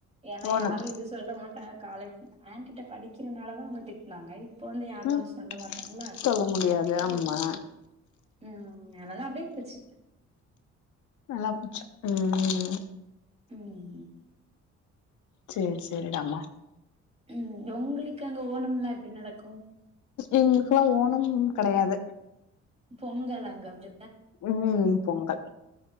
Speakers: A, on the right (about 20°); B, on the left (about 75°).
A: ஏனா
B: ஓனம்
A: யாரு எது சொல்ல மாட்டாங்க காலேஜ் ஆன்ட்டிட்ட படிக்கிறனால தா அவுங்க திட்னாங்க இப்போ வந்து யாரு
B: ம்
A: ஒன்னு சொல்ல மாட்டாங்ள
B: சொல்ல முடியாது
A: அப்டியே
B: ஆமா
A: போச்சு ம் அதல்லா அப்டியே போச்சு
B: நல்லா போச்சு ம் ம்
A: ம்
B: சேர் சேரிடாமா
A: ம் ஒங்ளுக்கு அங்க ஓணம்ல்லா எப்டி நடக்கு
B: எங்ளுக்லா ஓணம் கெடயாது
A: பொங்கல் அங்க அது
B: உம் பொங்கல்